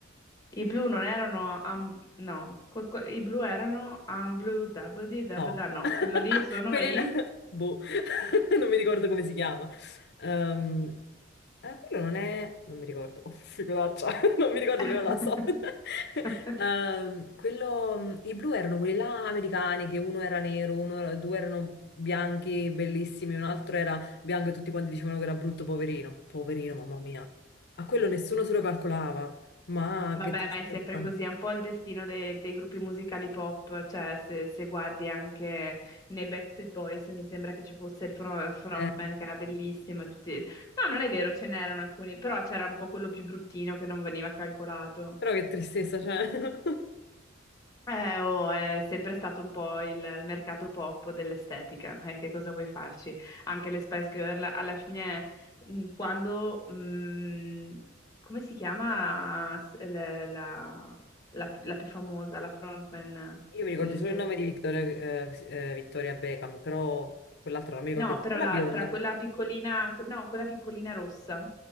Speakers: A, on the left; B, on the left.
A: i blu non erano, am- no, quel- que- i blu erano Amblu, Dabudi, Dabda,
B: No,
A: no, quello lì sono
B: Quelli
A: i...
B: là, <laughs> boh, <laughs> non mi ricordo come si chiama. Ehm, eh, quello non è, non mi ricordo, <laughs> oh, figuraccia, <laughs> non mi ricordo
A: <laughs>
B: però la so. <laughs> Ehm, quello, mh, i blu erano quelli là americani, che uno era nero, uno era- due erano bianchi, bellissimi, un altro era bianco e tutti quanti dicevano che era brutto, poverino. Poverino, mamma mia. A quello nessuno se lo calcolava, ma
A: Vabbè,
B: che tristezza.
A: ma è sempre così, è un po' il destino de- dei gruppi musicali pop, cioè se, se guardi anche nei Backstreet Boys mi sembra che ci fosse il fro- frontman
B: Eh,
A: che era bellissimo e tutti... No, non è vero, ce n'erano alcuni, però c'era un po' quello più bruttino che non veniva calcolato.
B: però che tristezza, cioè. <laughs>
A: Eh, oh, è sempre stato un po' il, il mercato pop dell'estetica, eh, che cosa vuoi farci? Anche le Spice Girl, alla fine, mh, quando, mh, come si chiama s- le- la, la- la più famosa, la frontman
B: Io mi ricordo
A: delle
B: solo
A: Spice
B: il nome di Victoria, eh, eh, Victoria Beckham, però quell'altra non mi ricordo.
A: No,
B: il-
A: però
B: Quella
A: l'altra,
B: bionda.
A: quella piccolina, no, quella piccolina rossa,